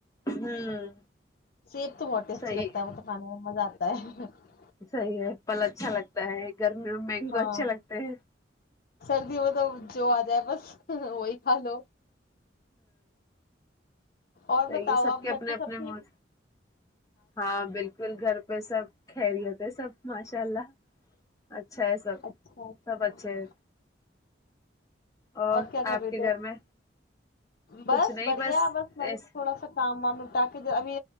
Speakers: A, on the left; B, on the left.
A: ہوں
B: <inaudible> سیب تو بہت ہیٹی
A: صحیح
B: اچھی لگتا ہے وہ تو کھانے میں مزہ آتا <inaudible> <unintelligible>
A: صحیح ہے پھل اچھا لگتا ہے گرمی میں مینگو
B: ہاں
A: اچھے لگتے ہیں
B: سردی میں توب جو آ جائے بس وہی کھا لو اور
A: سی
B: بتاؤ
A: سب
B: آپ
A: کے
B: گھر
A: اپنے
B: پہ سب
A: اپنے
B: ٹھیک
A: م ہاں بالکل گھر پہ سب خری ہوتے سب ماشاء اللہ اچھا ہے سب
B: اچھا اچھا
A: سب اچھے ہے اور
B: کیا کر
A: آپ
B: رہے
A: کے
B: تھے
A: گھر میں
B: بس
A: کچھ نہیں
B: بڑھیا بس میں
A: ایس
B: بھی تھوڑا سا شام وام ن ٹ کے ابھی